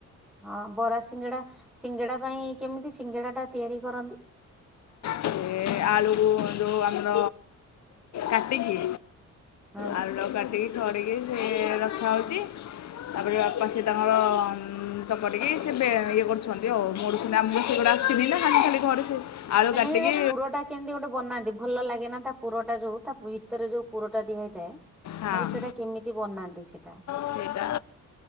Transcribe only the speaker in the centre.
ହଁ ବରା ସିଙ୍ଗଡ଼ା ସିଙ୍ଗଡ଼ା ପାଇଁ କେମିତି ସିଙ୍ଗଡ଼ାଟା ତିଆରି କରନ୍ତି।
ହଁ
ମାନେ
ତା ପୁରଟା କେମିତି ଗୋଟେ ବନାନ୍ତି ଭଲ ଲାଗେ ନା ତା ପୁରଟା ଯୋଉ ତା। ଭିତରେ ଯୋଉ ପୁରଟା ଦିଆ ହୋଇଥାଏ
ମୁହ ସେଟା କେମିତି ବନାନ୍ତି ସେଟା